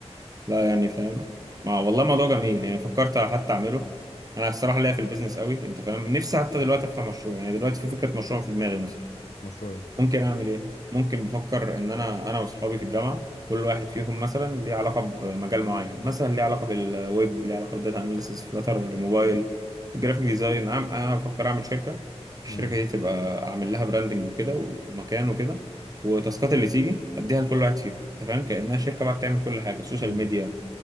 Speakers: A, on the right; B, on the left.
A: لا يعني فاهم ما والله موضوع جميل يعني فكرت حتى أعمله أنا الصراحة ليا في البيزنس قوي أنت فاهم نفسي حتى دلوقتي أفتح مشروع يعني دلوقتي في فكرة مشروع في دماغي مثلا
B: مشروعي
A: ممكن اعمل ايه ممكن بفكر ان انا انا واصحابي في الجامعه كل واحد فيهم مثلا ليه علاقه بمجال معين مثلا ليه علاقه بالويب ليه علاقه بالداتا اناليسيس فلاتر موبايل في الجرافيك ديزاين انا أنا بفكر اعمل شركه الشركه
B: امم
A: دي تبقى اعمل لها براندنج وكده ومكان وكده والتاسكات اللي تيجي اديها لكل واحد فيهم انت فاهم كانها شركه بقى بتعمل كل حاجه سوشيال
B: امم
A: ميديا